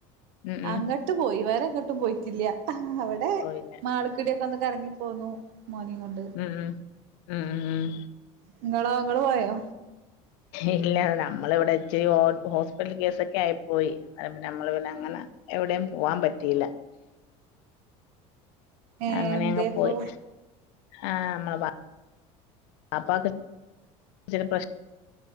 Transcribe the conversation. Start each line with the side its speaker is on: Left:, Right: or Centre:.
Left: ഉം ഉം
Right: അങ്ങട്ട് പോയി വേറെങ്ങട്ടും പോയിട്ടില്ല അവടെ
Left: ഓ പിന്നെ
Right: മാള്ക്കൂടിയൊക്കെ ഒന്ന് കറങ്ങിപ്പോന്നു മോനിം കൊണ്ട്.
Left: ഉം ഉം ഉം ഉം
Right: ഇങ്ങളോ ഇങ്ങള് പോയോ
Left: ഇല്ല നമ്മളിവിടെ ഇച്ചിരി ഹോ ഹോസ്പിറ്റൽ കേസൊക്കെ ആയിപ്പോയി നമ്മള് പിന്നെ അങ്ങനെ എവിടെയും പോവാൻ പറ്റിയില്ല.
Right: ഏഹ്
Left: അങ്ങനെ
Right: എന്തേ
Left: അങ്ങ്
Right: അപ്പൊ
Left: പോയി. ആഹ് നമ്മളെ വാപ്പാക്ക് ചെറിയ പ്രശ്നം